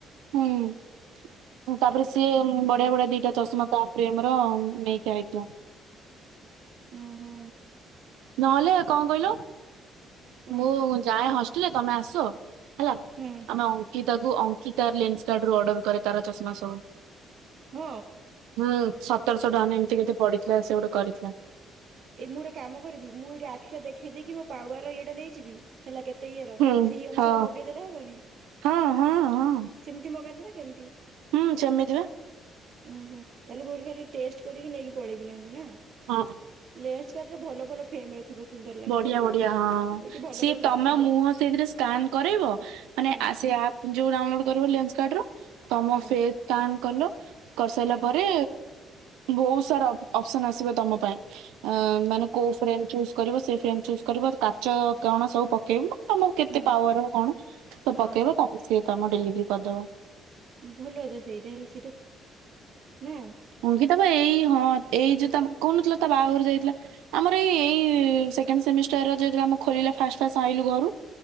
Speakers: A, on the right; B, on the right.
A: ହୁଁ। ତାପରେ ସିଏ
B: ହୁଁ
A: ବଢିଆ ବଢିଆ ଦିଟା ଚଷମା ତା ପ୍ରେମର ନେଇକି ଆଇଥିଲ।
B: ଓହୋ।
A: ନହେଲେ କଣ କହିଲ
B: ହଁ
A: ମୁଁ ଯାଏ ହଷ୍ଟେଲ ତମେ ଆସ। ହେଲା
B: ହୁଁ
A: ଆମେ ଅଙ୍କିତାକୁ ଅଙ୍କିତାର ଲେନ୍ସ କାର୍ଡ ରୁ ଅର୍ଡର କରେ ତାର ଚାଷମା ସବୁ।
B: ହୁଁ
A: ହୁଁ ସତରଶ ଟଙ୍କା
B: ହଁ
A: ନା ଏମିତି କେତେ ପଡିଥିଲା ସେ ଗୋଟେ କରିଥିଲା।
B: ଏଇ ମୁଁ ଗୋଟେ କାମ କରିବି ମୁଁ ଏଇଠି ଆଖି ଟା ଦେଖେଇ ଦେଇକି ମୋ ପାୱାର ଇଏ ଟା ନେଇଯିବି। ହେଲା କେତେ ଇଏର
A: ହୁଁ
B: ସେଇ ଅନୁସାରେ
A: ହଁ
B: ମଗେଇଦେଲେ ହବନି।
A: ହଁ ହଁ ହଁ।
B: ସେମିତି ମଗାନ୍ତି ନା କେମିତି।
A: ହୁଁ ସେମିତିି ବା।
B: ଓହୋ ତାହେଲେ ମୁଁ ଏଇଠି ଖାଲି ଟେଷ୍ଟ କରିକି ନେଇକି ପଳେଇବି ନହେଲେ ନା।
A: ହଁ।
B: ଲେନ୍ସ କାଟ ରେ ଭଲ ଭଲ ଫ୍ରେମ୍ ଥିବ। ସୁନ୍ଦର ଲାଗିବ
A: ବଢିଆ ବଢିଆ
B: ଏଇଠି
A: ହଁ
B: ଏଇଠି ଭଲ
A: ସିଏ
B: ଭଲ ନଥିବ
A: ତମ ମୁହଁ ସେଇଥିରେ ସ୍କାାନ କରେଇବ। ମାନେ
B: ହୁଁ
A: ଆ ସେ ଆପ୍। ଯୋଉ ଡାଉନଲୋଡ କରିବ ଲେନ୍ସ କାର୍ଡ ର ତମ
B: ହୁଁ
A: ଫେସ୍ ସ୍କାାନ କଲ କରିସାଇଲା
B: ହୁଁ
A: ପରେ। ବହୁତ୍ ସାରା ଅପ୍ ଅପସନ୍ ଆସିବ ତମ ପାଇଁ ଆ ମାନେ
B: ଓହୋ
A: କୋଉ ଫ୍ରେମ୍ ଚୁସ୍ କରିବ ସେ ଫ୍ରେମ୍ ଚୁସ୍ କରିବ କାଚ କଣ ସବୁ ପକେଇବ ମାନେ ତମର କେତେ
B: ହୁଁ
A: ପାୱାର କଣ।
B: ହଁ
A: ପକେଇବ ତାପରେ ସିଏ ତମ ଡେଲିଭରି କରିଦବ।
B: ଭଲ ତ ସେଇଟା ହେଲେ ସେଇଟା, ନା।
A: ଅଙ୍ଗିତା ବା ଏଇ ହଁ ଏଇ ଯୋଉ ତା କହୁନଥିଲ ତା ବାହାଘର ଯାଇଥିଲା। ଆମର ଏ ଏଇ ସେକେଣ୍ଡ ସେମିଷ୍ଟାର୍ ର ଯେତେବେଳେ ଆମର ଖୋଲିଲା ଫାଷ୍ଟ ଫାସ୍ ଆଇୁଲୁ ଘରୁ।